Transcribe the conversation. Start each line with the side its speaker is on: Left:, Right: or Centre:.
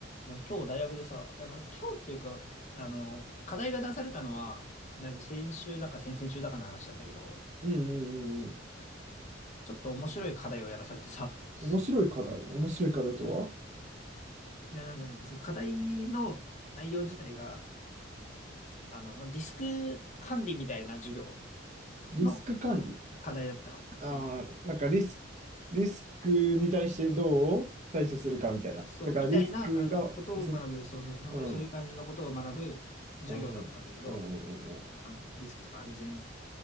Left: いや今日大学でさ、いやまあ、今日っていうか、あの、課題が出されたのは、だいぶ先週だか先々週だかの話なんだけど、
Right: うんうんうん。
Left: うんちょっと面白い課題をやらされてさ、<laughs>
Right: 面白い課題。面白い課題とは
Left: そういや、なんかね、そう、課題の内容自体が、あの、まあディスク管理みたいな授業
Right: リスク管理。
Left: の課題だったの。
Right: ああ、
Left: そ
Right: なんかリス、リスクに対してどう対処するかみたいな。
Left: う、そう、
Right: だからリスクが、
Left: みたいな、あの、ことを学ぶ、
Right: そ、
Left: そう、そう本当にそういう感じのことを学ぶ授業だったんだけど、
Right: うん、うん、うん、うん、うん。
Left: あの、ディスクとか安全、